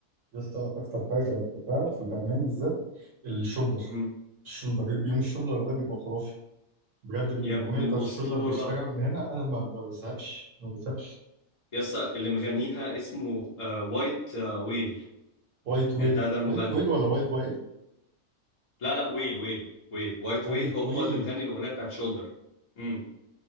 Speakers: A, on the right (about 65°); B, on the left (about 35°).
A: يا اسطى اكتر حاجه بحبها في الالمان بالذات الشولدر
B: امم
A: الشولدر يوم الشولدر ده بيبقى خرافي بجد الاغنيه
B: يا ابن
A: بتاعت
B: الاسطوره
A: الشولدر بشتغل من هنا انا ما ما بزهقش ما بزهقش
B: يسا اللي مغنيها اسمه آه، وايت آه، ويل
A: وايت ويل
B: ده ده المغني
A: وايت ويل ولا وايت وائل
B: لا لا ويل ويل ويل وايت
A: وايت
B: ويل هو
A: ويل
B: اللي مغني الاغنيه بتاعت شولدر امم